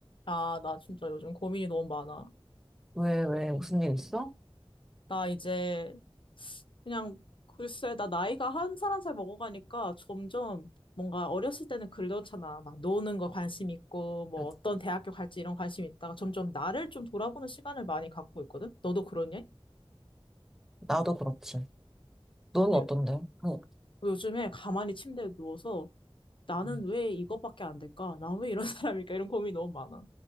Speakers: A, on the left; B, in the centre.
A: 아, 나 진짜 요즘 고민이 너무 많아.
B: 왜, 왜, 무슨 일 있어?
A: 나 이제 그냥 글쎄, 나 나이가 한 살 한 살 먹어가니까 점점 뭔가 어렸을 때는 그러잖아. 막 노는 거 관심 있고, 뭐
B: 나-
A: 어떤 대학교 갈지 이런 관심 있다가 점점 나를 좀 돌아보는 시간을 많이 갖고 있거든? 너도 그러냐?
B: 나도 그렇지. 넌
A: 근데
B: 어떤데? 그,
A: 요즘에 가만히 침대에 누워서 나는
B: 음.
A: 왜 이거밖에 안 될까? 나 왜 이런 <laughs> 사람일까? 이런 고민이 너무 많아.